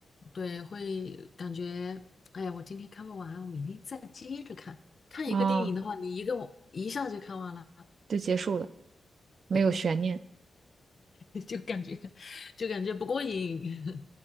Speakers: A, on the left; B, on the right.
A: 对会感觉，哎，我今天看不完，我明天再接着看。看一个电影的话，
B: 啊，
A: 你一个我一下就看完了，
B: 就结束了，没有悬念。
A: 对，<laughs> 就感觉就感觉不过瘾